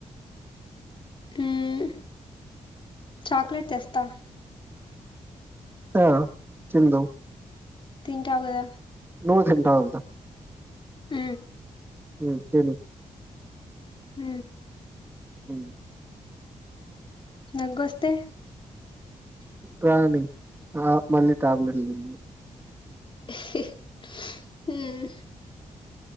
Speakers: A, on the left; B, on the right.
A: ఊమ్ చాక్లెట్ తెస్తా
B: త్యా తిందం
A: తిటావుగదా
B: నువ్ దింటావ్ గద
A: ఊ
B: ఉ తిను
A: ఊ
B: ఉమ్
A: దగ్గు వస్తే
B: రానీ ఆ మళ్ళీ టాబ్లెట్లు తిందువు
A: ఇహ్ హ్ ఊమ్